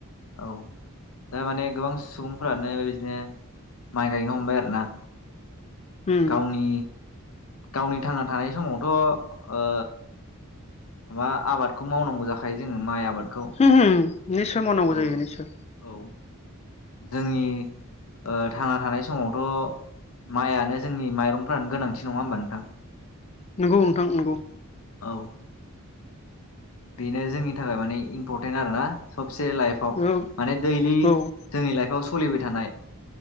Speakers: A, on the left; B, on the left.
A: औ दा माने गोबां सुबुंफ्रानो बिबदिनो माइ गायनो हमबाय आरोना
B: उम
A: गावनि गावनि थांना थानाय समावथ' अ ओ माबा आबादखौ मावनांगौ जाखायो जोङो माइ आबादखौ
B: होम होम निस्सय मावनांगौ
A: औ
B: जायो निस्सय
A: औ जोंनि ओ थांना थानाय समावथ' माइआनो जोंनि माइरं फ्रानो गोनांथि नङा होनबा नोंथां
B: नंगौ नोंथां नंगौ।
A: औ बेनो जोंनि थाखाय माने इम्परटेन्ट आरोना सब साबसे लाइफआव
B: औ
A: माने दैलि
B: औ होम
A: जोंनि लाइफआव सलिबाय थानाय